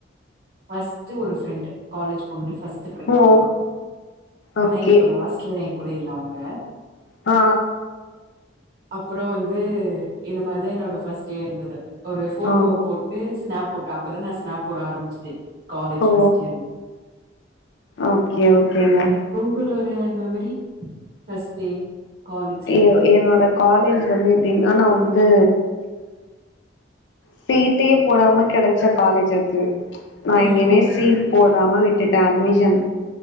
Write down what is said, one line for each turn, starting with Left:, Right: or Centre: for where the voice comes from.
Right: ஃபஸ்ட்டு ஒரு ஃப்ரெண்டு காலேஜ் போனோனே ஃபர்ஸ்ட் ஃபிரெண்ட்
Left: ஓ
Right: அவங்க தா
Left: ஓகே
Right: ஆனா இப் ஹாஸ்ல்ல ஏ கூட இல்ல அவங்க
Left: ஆ
Right: அப்றோ வந்து இந்த மாரிதா என்னோட ஃபஸ்ட் டே இருந்துது ஒரு ஃபோட்டோவ
Left: ஆ
Right: போட்டு ஸ்னாப் போட்டே அப்பதா நா ஸ்னாப் போட ஆரம்பிச்சது காலேஜ்
Left: ஓ
Right: ஃபஸ்ட் இயர்ல
Left: ஓகே ஓகேங்க
Right: உங்களோடைய மெமரி ஃபர்ஸ்ட் டே காலேஜ் லைஃப்
Left: ஏ ஏ என்னோட காலேஜ் வந்து எப்டின்னா நா வந்து சீட்டே போடாம கெடச்ச காலேஜ் அது நா
Right: ம்
Left: எங்கிமே சீட் போடாம விட் டுட அட்மிஷன்